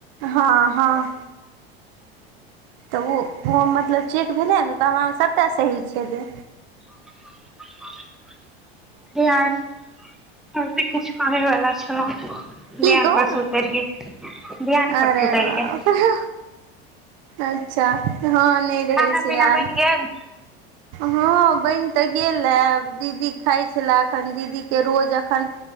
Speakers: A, on the right; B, in the centre.
A: हँ हँ तऽ ओ ओ मतलब चेक भेलै ने तऽ हमर सभटा सही छलै
B: <unintelligible> आओर भी किछु कहैवला छलौं ध्यान
A: की कहू
B: पर
A: ने
B: से उतरि गेल ध्यान पर
A: अरे
B: से परसे उतरि
A: बाप
B: गेल
A: रे अच्छा हँ नहि रहै
B: खाना
A: छै
B: पीना
A: याद
B: बनि गेल
A: हँ बनि तऽ गेल हे दीदी खाय छी छलै अखन दीदी के रोज अखन